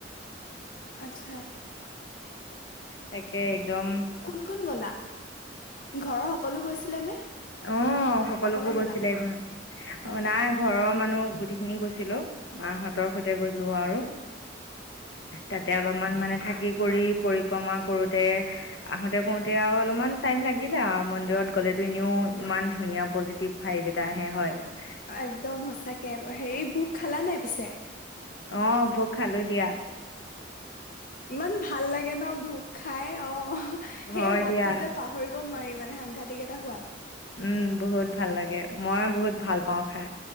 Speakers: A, on the left; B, on the left.
A: আচ্ছা
B: তাকে একদম
A: কোন কোন গলা ঘৰৰ সকলো গৈছিলেনে?
B: অ সকলোবোৰ
A: অকলে
B: গৈছিলে
A: গ'লা?
B: এ ঘৰ অ নাই ঘৰৰ মানুহ গোটেইখিনি গৈছিলো মাহঁতৰ সৈতে গলো আৰু তাতে অলপমান মানে থাকি কৰি পৰিক্ৰমা কৰোতে আহোতে কৰোতে আৰু অলপমান টাইম লাগিলে আৰু মন্দিৰত ক'লেতো এনেও ইমান ধুনীয়া পজিটিভ ভাইভ এটা আহে হয়
A: একদম সঁচাকে হেৰি ভোক খালা নাই পিছে
B: অঁ ভোগ খালোঁ দিয়া
A: ইমান ভাল লাগে ন ভোক খাই অ সেই
B: হয়
A: সোৱাদটো
B: দিয়া
A: যে পাহৰিব নোৱাৰি মানে সাংঘাতিক এটা সোৱাদ
B: উম বহুত ভাল লাগে মই বহুত ভাল পাওঁ খাই